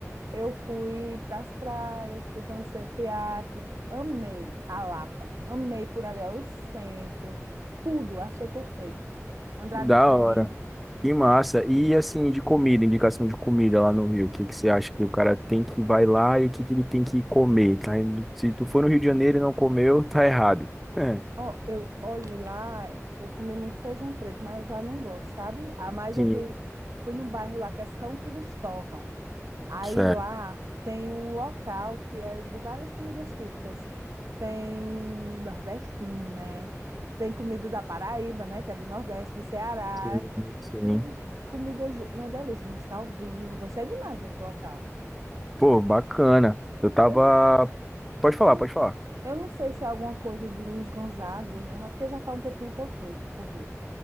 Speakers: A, on the right (about 80°); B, in the centre.
A: eu fui para as praias, fui conhecer o teatro, amei a Lapa, amei por ali, ó, o centro, tudo, achei perfeito. Andar
B: Da
A: de trem,
B: hora. Que massa. E assim, de comida, indicação de comida lá no Rio, o que que você acha que o cara tem que vai lá e o que que ele tem que comer? Tá? indo- Se tu for no Rio de Janeiro e não comeu, tá errado. É.
A: Ó, eu, olhe lá, eu comi muito feijão preto, mas eu já não gosto, sabe? Ah, mas
B: Sim.
A: eu fui, fui num bairro lá que é São Cristóvão. Aí
B: Certo.
A: lá tem um local que é de várias comidas típicas. Tem nordestina, tem comida da Paraíba, né? Que é do Nordeste, do Ceará.
B: Sim, sim.
A: Tem comidas, uma delícia, música ao vivo. Gostei demais desse local.
B: Pô, bacana. Eu tava.
A: Eu, não-
B: Pode falar,
A: eu, não-
B: pode falar.
A: eu não sei se é alguma coisa de Luiz Gonzaga, não, é porque já faz um tempinho que eu fui pro Rio.